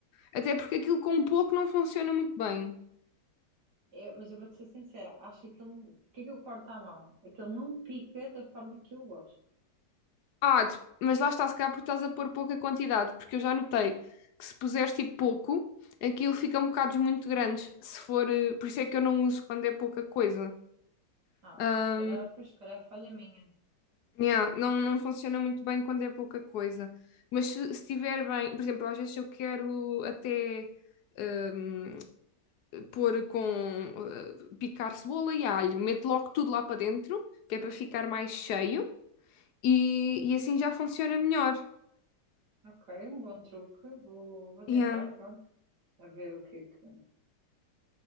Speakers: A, on the left; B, on the right.
A: Até porque aquilo com pouco não funciona muito bem.
B: Eu- mas eu vou-te ser sincera, acho que aquilo, porque é que eu corto à mão? é que ele não pica da forma que eu gosto.
A: Ah, de- mas lá está, se calhar porque estás a pôr pouca quantidade, porque eu já notei que se puseres tipo pouco, aquilo fica um bocado muito grandes. Se for, eh, por isso é que eu não uso quando é pouca coisa.
B: Ah,
A: Ah,
B: se calhar, pois, se calhar é falha minha.
A: Yeah, não, não funciona muito bem quando é pouca coisa. Mas se se estiver bem, por exemplo, às vezes eu quero até hum, pôr com uh, picar cebola e alho, meto logo tudo lá para dentro, que é para ficar mais cheio, e, e assim já funciona melhor.
B: Ok, um bom truque, vou, vou tentar,
A: Yeah.
B: pronto, a ver o que é que.